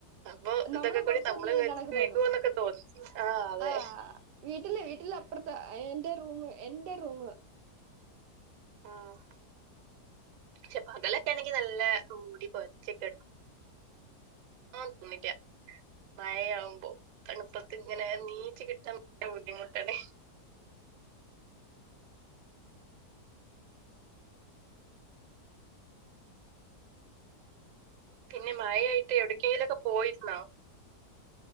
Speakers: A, on the right; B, on the right.
A: അപ്പൊ
B: നമ്മള്
A: ഇതൊക്കെ കൂടി
B: പുറത്ത്
A: നമ്മള
B: വന്ന് വീഴുന്ന
A: മേത്ത്ക്ക്
B: കണക്ക്
A: <unintelligible>
B: തോന്നും
A: എന്നൊക്കെ തോന്നും ആഹ് അതെ
B: ആ വീട്ടില് വീട്ടില് അപ്പുറത്ത എൻ്റെ റൂമ് എന്റെ റൂമ്
A: ആഹ് പക്ഷെ പകലൊക്കെ ആണെങ്കി നല്ല മൂടി പൊതച്ച്കെട ആഹ് തുമ്മിക്ക മഴയാവുമ്പോ തണുപ്പത്തിങ്ങനെ നീച്ച് കിട്ടാൻ <unintelligible> ബുദ്ധിമുട്ടാണേ പിന്നെ മഴയായിട്ട് എവിടക്കെങ്കിലൊക്കെ പോയിരുന്നോ